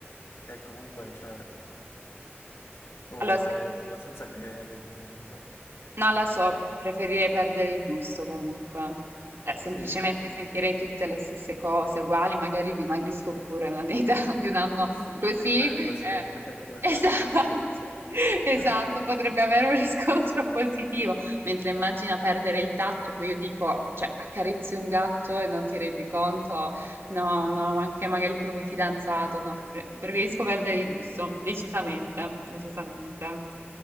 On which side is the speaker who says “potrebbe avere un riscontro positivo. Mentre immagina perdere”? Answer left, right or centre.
Right